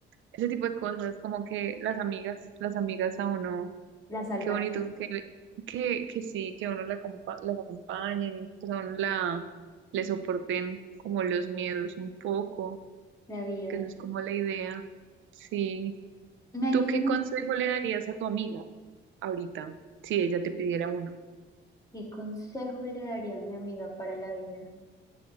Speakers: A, on the right (about 75°); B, on the left (about 15°).
A: ese tipo de cosas, como que las amigas, las amigas a uno,
B: la salvan
A: qué bonito que, que, que sí, que a uno la, acompa- las acompañen, pues a uno la, le soporten como los miedos un poco
B: la vida.
A: que eso es como la idea. Sí.
B: Ay,
A: ¿Tú qué
B: no.
A: consejo le darías a tu amiga ahorita si ella te pidiera uno?
B: ¿Qué consejo le daría a mi amiga para la vida?